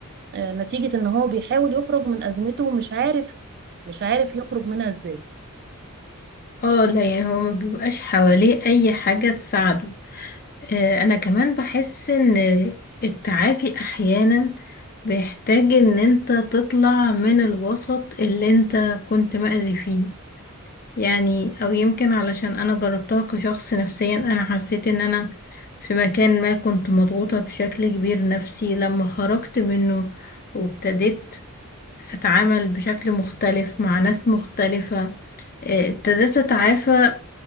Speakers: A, on the right; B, on the left.
A: آه، نتيجة ان هو بيحاول يخرج من ازمته ومش عارف مش عارف يخرج منها ازاي
B: اه لا يعني هو ما بيبقاش حواليه اي حاجة تساعده آه، انا كمان بحس ان التعافي احيانا بيحتاج ان انت تطلع من الوسط اللي انت كنت مأذي فيه يعني او يمكن علشان انا جربتها كشخص نفسيا انا حسيت ان انا في مكان ما كنت مضغوطة بشكل كبير نفسي لما خرجت منه وابتديت اتعامل بشكل مختلف مع ناس مختلفة آه، ابتديت اتعافى